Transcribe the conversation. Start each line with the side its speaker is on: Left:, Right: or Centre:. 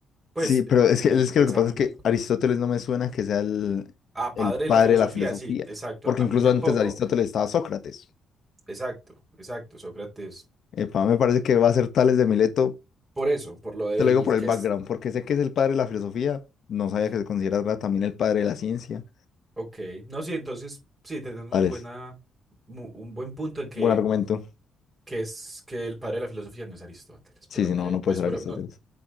Right: pues,
Left: Sí, pero
Right: eh,
Left: es
Right: me-
Left: que, es
Right: pensaba
Left: que lo que pasa
Right: muy
Left: es que
Right: bien.
Left: Aristóteles no me suena que sea el,
Right: Ah,
Left: el
Right: padre
Left: padre
Right: de la filosofía,
Left: de la filosofía,
Right: sí, exacto.
Left: porque
Right: A
Left: incluso
Right: mí tampoco.
Left: antes de Aristóteles estaba Sócrates.
Right: Exacto, exacto, Sócrates.
Left: Epa, me parece que va a ser Tales de Mileto
Right: Por eso, por lo del
Left: Te lo digo por
Right: que
Left: el background,
Right: es.
Left: porque sé que es el padre de la filosofía. No sabía
Right: Ujú.
Left: que se consideraba también el padre de la ciencia.
Right: Ok. No, sí, entonces, sí, tenés muy
Left: Alex,
Right: buena, mu- un buen punto en que,
Left: buen argumento.
Right: que es que el padre de la filosofía no es Aristóteles. Pues
Left: Sí,
Right: aunque,
Left: sí, no, no puede
Right: pues,
Left: ser
Right: bueno,
Left: Aristóteles.
Right: no,